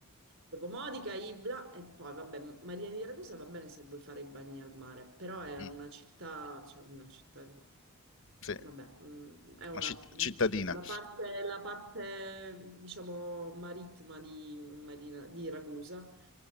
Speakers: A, on the right (about 65°); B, on the left (about 60°).
A: Dopo Modica, Ibla e poi, vabbè, Marina di Ragusa va bene se vuoi fare i bagni al mare, però è
B: Mm,
A: una città, cioè una città,
B: Sì,
A: vabbè, mm, è una,
B: una citt-
A: mm,
B: cittadina.
A: la parte, la parte, diciamo, marittima di, Marina, di Ragusa.